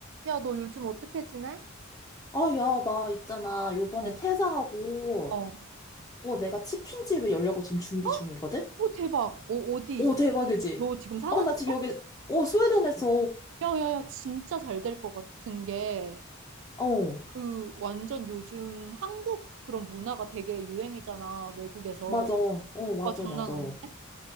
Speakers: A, on the right (about 60°); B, on the left (about 15°).
A: 야, 너 요즘 어떻게 지내?
B: 아, 야, 나 있잖아. 요번에
A: 어,
B: 퇴사하고,
A: 어.
B: 어, 내가 치킨집을 열려고 지금 준비
A: 헉?
B: 중이거든?
A: 오, 대박. 어, 어디
B: 오,
A: 있어?
B: 대박이지?
A: 너 지금 사는
B: 어, 나
A: 데
B: 지금 여기, 어, 스웨덴에서,
A: 야, 야, 야, 진짜 잘 될 것 같은 게,
B: 어,
A: 그, 완전 요즘 한국 그런 문화가 되게 유행이잖아, 외국에서.
B: 맞아. 어, 맞아,
A: 와, 장난
B: 맞아.
A: 아닌데?
B: 어,